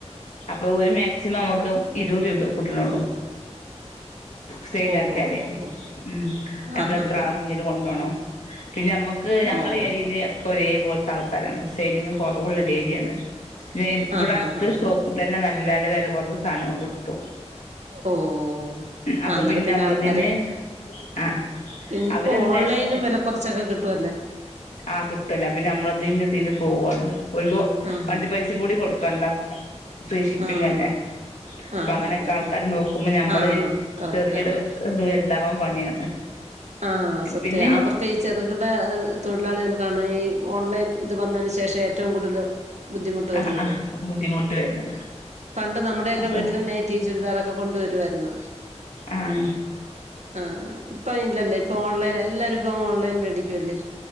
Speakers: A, on the left; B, on the right.
A: അപ്പൊ ഒരു മാക്സിമം നമുക്ക് ഇരു നീറ് രൂപ കൂട്ട്ണൊള്ളൂ സെയിലാക്കിയാലെ
B: ഓഹ് ഓഹ് ഓഹ്
A: ഉം നമ്മളെത്രാ
B: ഓഹ് ആഹ് ആഹ്
A: മുന്നില് കൊണ്ടോണം പിന്നെ നമ്മക്ക് ഞങ്ങള്
B: ആഹ് ഓഹ്
A: ഏരിയേല് ഒക്കെ ഒരേ പോലത്തെ ആൾക്കാരാണ് സെയിലിങ്ങ് കൊറവ്ള്ള ഒരു എരിയാണ് പിന്നെ ഇവടെ
B: ആഹ്
A: അടുത്ത്
B: ആഹ് ആഹ്
A: ഷോപ്പി തന്നെ നല്ല നല്ല വെല കൊറവ് സാധനങ്ങള് കിട്ടും
B: ഓഹോ ആഹ്
A: അപ്പൊ
B: അന്നേരം പിന്നെ
A: നമ്മളിതിന്
B: ആൾക്കാര്
A: ആഹ്
B: ഇന്ന്പ്പോ
A: അവരെന്തായാലും
B: ഓൺലൈനും വെല കൊറച്ചൊക്കെ കിട്ടുവല്ലേ?
A: ആഹ് കിട്ടൊല്ല അപ്പ പിന്നെ നമ്മൾതേല് ഇതിന് പോവാണ് ഓൽക്ക്
B: ആഹ്
A: വണ്ടി പൈസ കൂടി കൊടുക്കണ്ട ഫ്രീ ഷിപ്പിങ്ങല്ലേ
B: ആഹ്
A: അപ്പൊ
B: ആഹ്
A: അങ്ങനെയൊക്കെ
B: ആഹ് ആഹ്
A: ആൾക്കാര് നോക്കുമ്പോ ഞമ്മള്
B: ആഹ് കറക്റ്റാണ്
A: <unintelligible> ഇത് വൽതാവാൻ പണിയാണ്
B: ആഹ് സത്യവാ
A: പിന്നെ
B: അവർക്ക് ഈ ചെറുകിട തൊഴിലാളികൾക്കാണ് ഈ ഓൺലൈൻ ഇത് വന്നേന് ശേഷം ഏറ്റവും കൂടുതല് ബുദ്ധിമുട്ട് വരുന്നത്
A: ആ ആ ബുദ്ധിമുട്ട് വരുന്നത്
B: പണ്ട് നമ്മുടെയൊക്കെ
A: അപ്പൊ
B: വീട്ടിലും നൈറ്റ് നൈറ്റിയും, ചുരിദാറൊക്കെ കൊണ്ടുവരുവായിരുന്നു
A: ആഹ്
B: ആഹ് ഇപ്പയില്ലല്ലേ ഇപ്പൊ ഓൺലൈൻ എല്ലാരും ഇപ്പങ്ങ് ഓൺലൈൻ മേടിക്കുവല്ലേ